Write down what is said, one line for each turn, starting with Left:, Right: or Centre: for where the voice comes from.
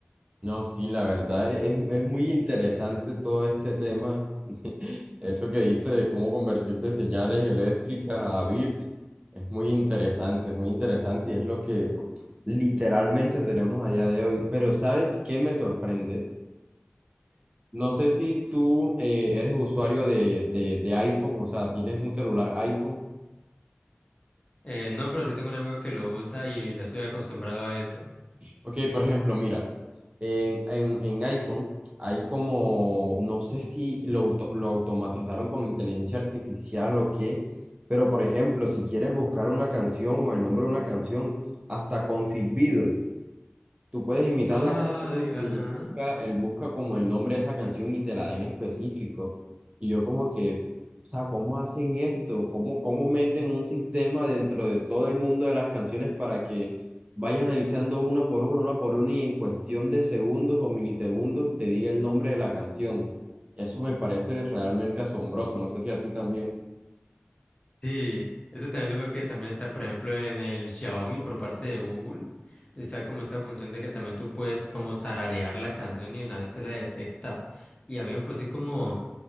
Right: No, sí, la verdad es, es muy interesante todo este tema. <laughs> Eso que dice de cómo convertir de señales eléctricas a bits es muy interesante, es muy interesante y es lo que literalmente tenemos allá de hoy. Pero ¿sabes qué me sorprende? No sé si tú eh, eres usuario de, de, de iPhone, o sea, tienes un celular iPhone.
Left: Eh, no, pero sí tengo un amigo que lo usa y ya estoy acostumbrado a eso.
Right: Ok, por ejemplo, mira, en, en, en iPhone hay como, no sé si lo, auto- lo automatizaron con inteligencia artificial o qué, pero por ejemplo, si quieres buscar una canción o el nombre de una canción, hasta con silbidos. Tú puedes imitar
Left: Ay,
Right: la canción
Left: ajá.
Right: y él busca, él busca como el nombre de esa canción y te la da en específico. Y yo como que, o sea, ¿cómo hacen esto? ¿Cómo, cómo meten un sistema dentro de todo el mundo de las canciones para que vayas analizando una por una, una por una y en cuestión de segundos o milisegundos te diga el nombre de la canción? Eso me parece realmente asombroso. No sé si a ti también.
Left: Sí, eso también lo veo que también está, por ejemplo, en el Xiaomi por parte de Google. Está como esta función de que también tú puedes como tararear la canción y una vez te la detecta. Y a mí me parece como...